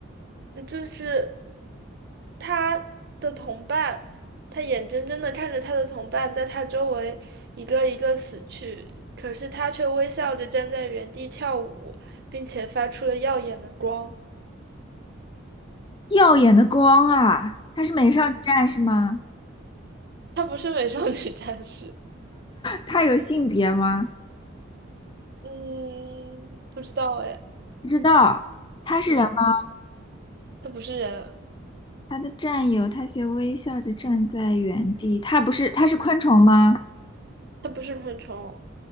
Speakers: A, on the right; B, on the left.
A: 就是。他的同伴，他眼睁睁的看着他的同伴在他周围一个一个死去，可是他却微笑着站在原地跳舞，并且发出了耀眼的光。
B: 耀眼的光啊，她是美少女战士吗？
A: 他不是美少女战士，
B: 她有性别吗？
A: 嗯，不知道哎，
B: 不知道，她是人吗？
A: 嗯，他不是人，
B: 她的战友，她先微笑着站在原地。她不是，她是昆虫吗？
A: 他不是昆虫，